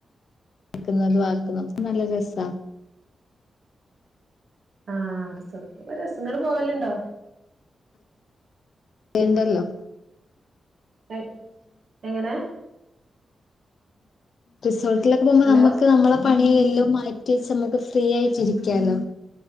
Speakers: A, on the left (about 55°); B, on the right (about 50°).
A: നിക്കുന്നതും ആകുന്നതും അപ്പൊ നല്ല രസാ
B: ആഹ് റിസോർട്ടില് പോയ രസാ ങ്ങള് പോവലുണ്ടോ
A: വേണ്ടല്ലോ
B: എ എങ്ങനെ
A: റിസോർട്ടിലൊക്കെ പോകുമ്പോ
B: ഹലോ
A: നമ്മക്ക് നമ്മളെ പണി എല്ലും മാറ്റിവെച്ച് നമുക്ക് ഫ്രീ ആയിട്ടിരിക്കാലോ